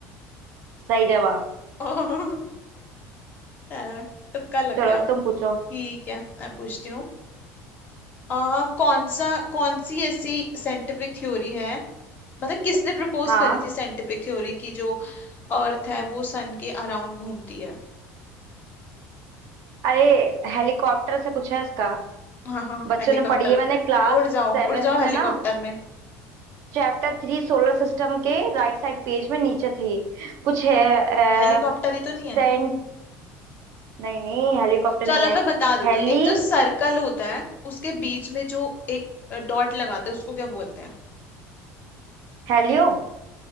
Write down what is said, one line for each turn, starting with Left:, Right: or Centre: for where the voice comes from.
Right: सही जवाब
Left: <laughs> ओहो चलो तुक्का लग
Right: चलो
Left: गया
Right: तुम पूछो
Left: ठीक है मैं पूछती हूँ आ, कौन सा कौन सी ऐसी साइंटिफिक थ्योरी है मतलब किसने प्रपोज
Right: हाँ
Left: करी थी साइंटिफिक थ्योरी की जो अर्थ है वो सन के अराउंड घूमती है
Right: अरे हेलीकॉप्टर से कुछ है इसका
Left: <laughs> हाँ हाँ
Right: बच्चों
Left: हेलीकॉप्टर
Right: ने पढ़ी है मैंने क्लास
Left: उड़ जाओ
Right: सेवेंथ
Left: उड़ जाओ हेलीकॉप्टर
Right: में ना
Left: में
Right: चैप्टर थ्री सोलर सिस्टम के राइट साइड पेज में नीचे थी कुछ है
Left: हेलीकॉप्टर
Right: अ,
Left: ही तो नहीं
Right: सेंट
Left: है
Right: नहीं नहीं हेलीकॉप्टर
Left: चलो
Right: नहीं है
Left: मैं बता देती
Right: Heli
Left: हूँ एक जो सर्कल होता है उसके बीच में जो एक डॉट लगाते हैं उसको क्या बोलते हैं
Right: हेलियो